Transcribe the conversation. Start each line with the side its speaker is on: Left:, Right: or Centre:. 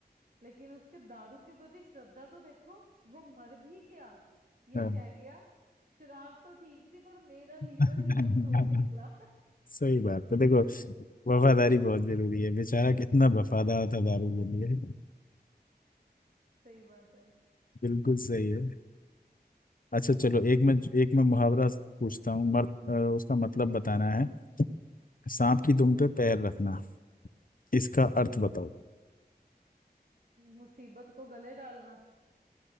Right: लेकिन उसके दारू के प्रति श्रद्धा तो देखो वो मर भी गया यह
Left: हाँ।
Right: कह गया शराब तो ठीक थी पर मेरा लीवर
Left: <laughs>
Right: ही कमजोर निकला <laughs>
Left: सही बात है देखो वफादारी बहुत जरूरी है बेचारा कितना वफादार था दारू के लिए
Right: सही बात है
Left: बिल्कुल सही है अच्छा चलो एक मैं एक मैं मुहावरा पूछता हूँ मर्द अ, उसका मतलब बताना है सांप की दुम
Right: हम्म
Left: पे पैर रखना इसका अर्थ बताओ
Right: मुसीबत को गले डालना